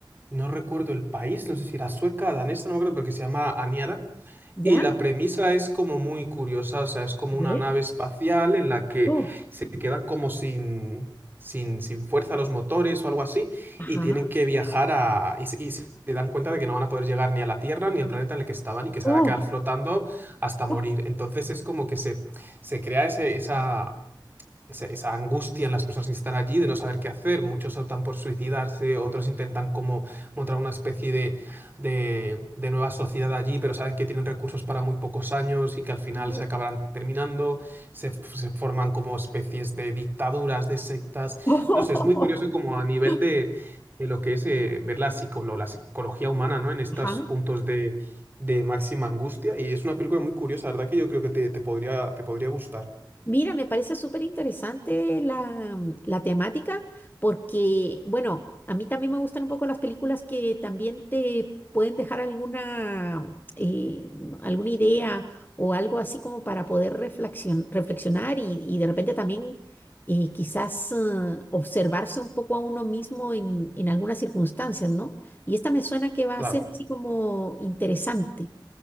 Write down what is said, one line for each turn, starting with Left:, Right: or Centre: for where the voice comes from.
Right: no recuerdo el país, no sé si era sueca, danesa, no me acuerdo, pero que se llama Aniara.
Left: ya,
Right: Y la
Left: a
Right: premisa es como muy curiosa, o sea, es como
Left: ver,
Right: una nave espacial en la que
Left: oh,
Right: se quedan como sin, sin, sin fuerza los motores o algo así,
Left: ajá,
Right: y tienen que viajar a... Y, se y se dan cuenta de que no van a poder llegar ni a la Tierra ni al planeta en el que estaban y que se
Left: oh,
Right: van a quedar flotando hasta morir.
Left: oh,
Right: Entonces es como que se, se crea ese, esa, esa, esa angustia en las personas que están allí de no saber qué hacer. Muchos optan por suicidarse, otros intentan como montar una especie de, de, de nueva sociedad allí, pero saben que tienen recursos para muy pocos años y que al final
Left: oh,
Right: se acabarán terminando. Se, f- se forman como especies de dictaduras, de sectas.
Left: <laughs> oh,
Right: No
Left: oh,
Right: sé, es
Left: oh,
Right: muy curioso como a nivel
Left: oh,
Right: de, de lo que es eh, ver la, psicolo- la psicología humana, ¿no? En estos
Left: ajá,
Right: puntos de... de máxima angustia y es una película muy curiosa, la verdad que yo creo que te, te podría, te podría gustar.
Left: Mira, me parece súper interesante la, mm, la temática porque, bueno, a mí también me gustan un poco las películas que también te pueden dejar alguna, eh, alguna idea o algo así como para poder reflexion- reflexionar y, y de repente también eh, quizás eh, observarse un poco a uno mismo en, en algunas circunstancias, ¿no? Y esta me suena que va
Right: Claro.
Left: a ser así como interesante.